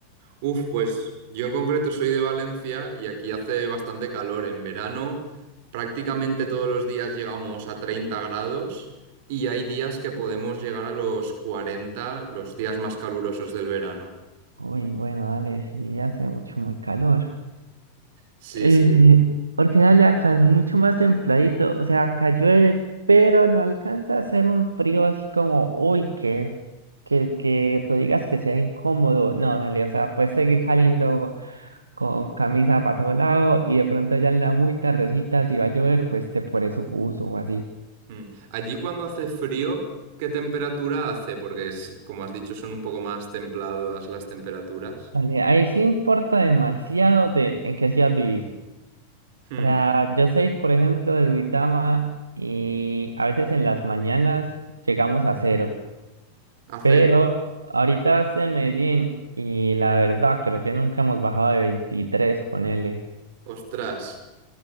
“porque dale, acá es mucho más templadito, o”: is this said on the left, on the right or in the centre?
Right